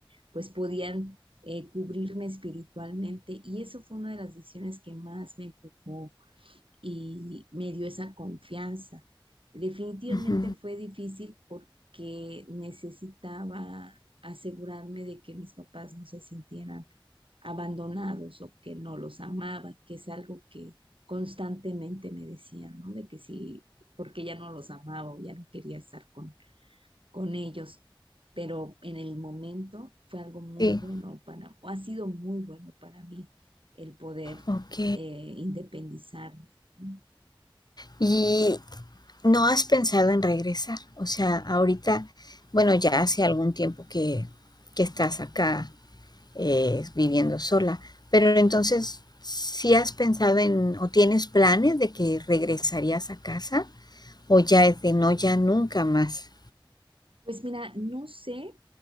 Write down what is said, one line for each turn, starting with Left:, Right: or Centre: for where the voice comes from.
Right: pues podían eh, cubrirme espiritualmente y eso fue una de las decisiones que más me empujó y me dio esa confianza. Definitivamente
Left: Ujú,
Right: fue difícil porque necesitaba asegurarme de que mis papás no se sintieran abandonados o que no los amaba, que es algo que constantemente me decían, ¿no? De que sí, porque ya no los amaba o ya no quería estar con, con ellos. Pero en el momento fue algo muy
Left: Sí,
Right: bueno para, o ha sido muy bueno para mí el poder
Left: ok.
Right: eh, independizarme. ¿no?
Left: ¿Y no has pensado en regresar? O sea, ahorita, bueno, ya hace algún tiempo que, que estás acá eh, viviendo sola, pero entonces, ¿sí has pensado en o tienes planes de que regresarías a casa o ya es de no, ya nunca más?
Right: Pues mira, no sé,